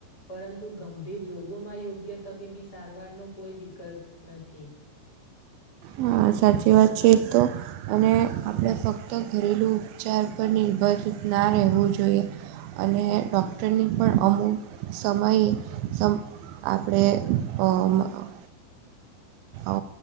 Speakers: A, on the left; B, on the right.
A: પરંતુ ગંભીર રોગોમાં યોગ્ય તબીબી સારવારનો કોઈ વિકલ્પ નથી.
B: હા, સાચી વાત છે એ તો. અને આપડે ફક્ત ઘરેલુ ઉપચાર પર નિર્ભર ના રહેવું જોઈએ. અને ડૉક્ટરની પણ અમુક સમયે સમ આપડે અમ અહ ઓ